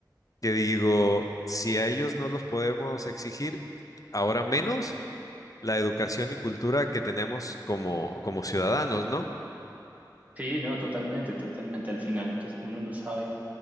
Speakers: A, on the left; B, on the right.
A: que digo, si a ellos no los podemos exigir, ahora menos la educación y cultura que tenemos como, como ciudadanos, ¿no?
B: Sí, no, totalmente, totalmente. Al final, pues uno no sabe.